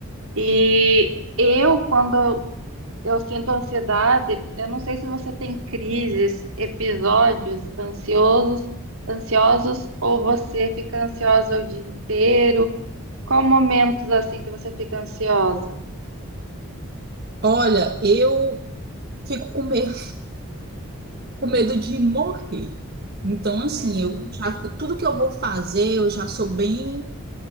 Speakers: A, on the right; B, on the right.
A: E eu, quando eu sinto ansiedade, eu não sei se você tem crises, episódios ansiosos, ansiosos, ou você fica ansiosa o dia inteiro. Qual momentos assim que você fica ansiosa?
B: Olha, eu fico com medo, <laughs> com medo de morrer. Então, assim,
A: Uhum.
B: eu já, tudo que eu vou fazer, eu já sou bem